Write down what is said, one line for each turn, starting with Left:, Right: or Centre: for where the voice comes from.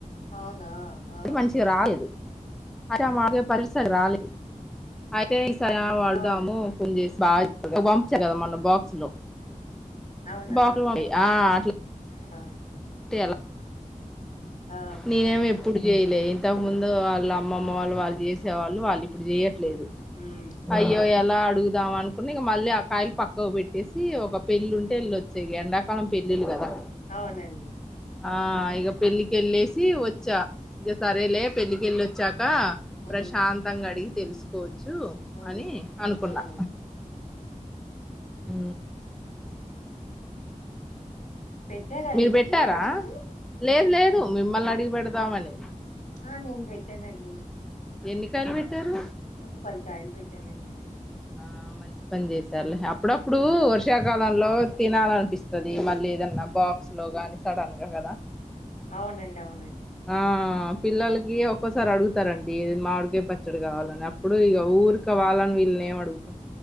Left: అవునా ఆ
Centre: అది మంచిగా రాలేదు అయితే మాకు పరిసలు రాలేదు అయితే ఈసారి వాడుదాము
Left: ఆ
Centre: పోన్ చేసి బాగా ఇ పంపించా కదా మొన్న బాక్సులో
Left: అవునా
Centre: బాక్లు
Left: ఓకే
Centre: ఆ అట్లా
Left: ఆ
Centre: ఎలా
Left: ఆ
Centre: నేనేమి ఇప్పుడు చేయలే ఇంతకు ముందు వాళ్ళ అమ్మమ్మ వాళ్ళు వాళ్ళు చేసే వాళ్ళు వాళ్ళు ఇప్పుడు చెయ్య లేదు
Left: ఉమ్
Centre: అయ్యో ఎలా అడుగుదాం అనుకుని ఇక మళ్ళీ ఆ కాయలు పక్కకు పెట్టేసి ఒక పెళ్ళి ఉంటే ఎల్లి వచ్చే ఎండాకాలం పెళ్ళిల్లు కదా
Left: అవునండి
Centre: ఆ ఇగ పెళ్ళికెళ్ళేసి వచ్చా ఇగ సరేలే పెళ్ళకెళ్ళి వచ్చాక
Left: ఉమ్
Centre: ప్రశాంతంగా అడిగి తెలుసుకోవచ్చు చ్చు
Left: ఉమ్
Centre: అని అనుకున్నా
Left: ఉమ్
Centre: ఉ
Left: పెట్టారా
Centre: మీరు
Left: ఇంతకి
Centre: బెట్టారా
Left: పచ్చడి
Centre: లేదు లేదు మిమ్మల్ని అడిగి పెడదామని
Left: ఆ నేను పెట్టానండి
Centre: ఎన్ని కాయలు పెట్టారు
Left: ఒక పది కాయలు పెట్టానండి
Centre: ఆ మంచి పని చేసారులే అప్పుడప్పుడు వర్షాకాలంలో తినాలనిపిస్తది మళ్ళీద బాక్స్ లోగాని సడన్గా కదా
Left: అవునండి అవునండి
Centre: ఆ పిల్లలకి ఒక్కోసారి అడుగుతారండి మావిడికాయ్ పచ్చడి కావాలని అప్పుడు ఇగ ఊరికె వాళ్ళని వీళ్ళ ఏం అడుగుత